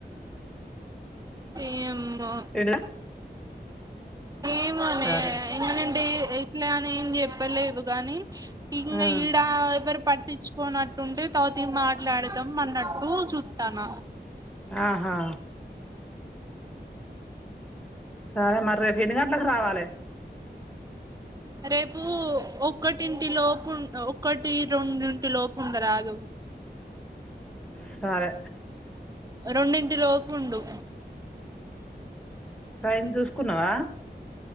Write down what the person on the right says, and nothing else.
ఏమో
ఏమోనే
ఇంగనేడి ఇట్లా అని ఏం చెప్పలేదు గానీ ఇంగ
ఈడ ఎవరు పట్టిచు కొనట్టుంటే తర్వాతకి మాట్లాడదాం అన్నట్టు చూత్తాన్న
రేపు ఒకటింటి లోపు ఒకటి రెండింటి లోపు ఉండరాదు
రెండింటిలోపు ఉండు